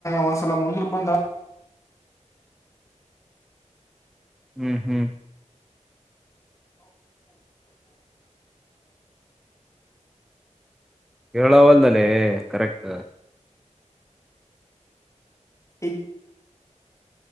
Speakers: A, on the left; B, in the centre.
A: ಒಂದ್ಸಲ ಮುಂದರು ಬಂದ
B: ಹ್ಮ್ ಹ್ಮ್ ಕೇರಳ ಹೊಲ್ದಲ್ಲೇ ಕರೆಕ್ಟ್
A: ಇ